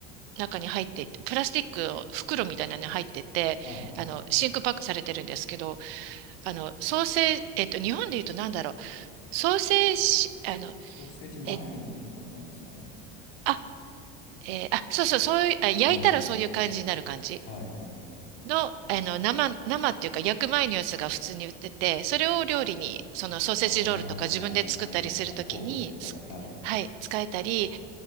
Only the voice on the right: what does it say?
中に入っていて、プラスチックの袋みたいなのに入ってて、
あの、真空パックされてるんですけど、あの、ソーセージ、えっと、日本で言うとなんだろう、ソーセージ、あの、
え、あ、えーあ、そうそう、そういう、あ、焼いたらそういう感じになる感じ
の、あの、生、生っていうか焼く前のやつが普通に売ってて、それを料理に、そのソーセージロールとか自分で作ったりするときに、
つはい、
使えたり、